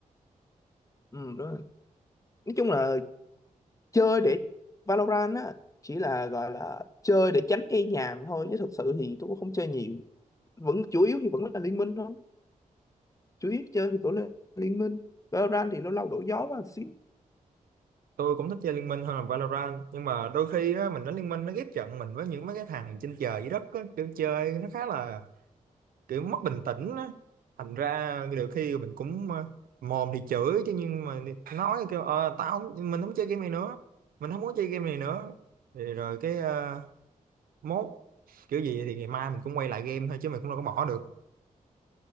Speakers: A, on the left; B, on the right.
A: ừ đúng rồi. nói chung là chơi để Valorant á chỉ là gọi là chơi để tránh gây nhàm thôi chứ thực sự thì tôi cũng không chơi nhiều vẫn chủ yếu thì vẫn là liên minh thôi chủ yếu chơi thì vẫn là liên minh Valorant thì lâu lâu đổi gió và một xíu
B: tôi cũng thích chơi Liên Minh hơn là Valorant nhưng mà đôi khi á, mình đánh Liên Minh nó ghép trận mình với những mấy cái thằng trên trời dưới đất á, kiểu chơi nó khá là kiểu mất bình tĩnh á thành ra nhiều khi mình cũng ờ, mồm thì chửi chứ nhưng mà nói kêu ờ tao không, mình không chơi game này nữa mình không muốn chơi game này nữa thì rồi cái ờ, mốt kiểu gì thì ngày mai mình cũng quay lại game thôi chứ mình cũng đâu có bỏ được